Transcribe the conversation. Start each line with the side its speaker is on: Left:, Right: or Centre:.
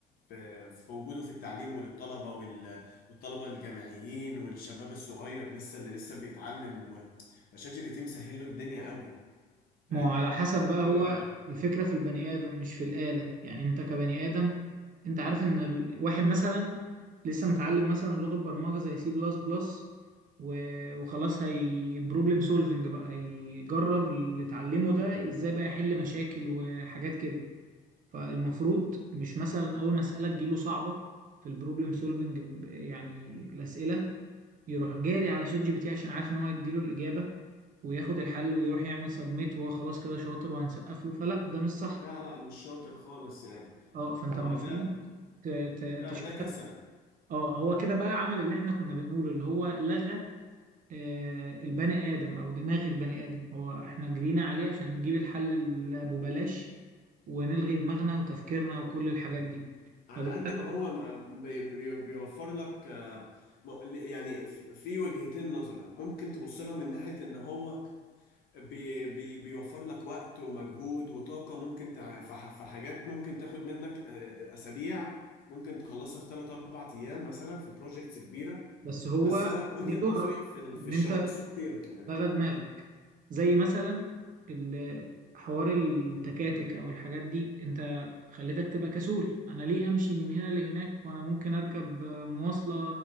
Left: في في وجوده في التعليم وللطلبة وال- والطلبة الجامعيين والشباب الصغير لسه اللي لسه بيتعلم و- فشات جي بي تي مسهل له الدنيا قوي
Right: ما
Left: فاهم
Right: هو على حسب بقى هو
Left: إيه رأيك؟
Right: الفكرة في البني آدم مش في الآلة يعني أنت كبني آدم أنت عارف إن ال- واحد مثلا لسه متعلم مثلا لغة برمجة زي سي بلس بلس وخلاص هي بروبلم سولفنج بقى هيجرب اللي اتعلمه ده إزاي بقى يحل مشاكل وحاجات كده فالمفروض مش مثلا اول مسألة تجيله صعبة في البروبلم سولفنج يعني الأسئلة يروح جاري على شات جي بي تي عشان عارف ان هو هيديله الإجابة وياخد الحل ويروح يعمل سبميت وهو خلاص كده شاطر وهنسقف له فلا ده مش صح
Left: لا لا مش شاطر خالص يعني
Right: اه فانت
Left: ما
Right: المفروض
Left: هو ده
Right: ت- ت-
Left: ده
Right: تشتغل
Left: ده كسل
Right: اه هو كده بقى عمل اللي احنا كنا بنقوله اللي هو لغى آه، البني آدم او دماغ البني آدم هو احنا جرينا عليه عشان نجيب الحل اللي ببلاش ونلغي دماغنا وتفكيرنا وكل الحاجات دي
Left: على
Right: فده
Left: قد ما هو ما- بي بي بيوفر لك آه، م- يعني في في وجهتين نظرة ممكن تبص لها من ناحية ان هو بي بي بيوفر لك وقت ومجهود وطاقة ممكن تع- في ح- في حاجات ممكن تاخد منك آه، اسابيع ممكن تخلصها في 3 4 ايام مثلا في بروجكتس كبيرة
Right: بس هو
Left: بس انا وجهة
Right: بيضرك
Left: نظري في ال- في
Right: ان
Left: الشباب
Right: انت
Left: الصغير كمان
Right: لغى دماغك زي مثلا ال- حوار التكاتك او الحاجات دي انت خليتك تبقى كسول انا ليه امشي من هنا لهناك وانا ممكن اركب مواصلة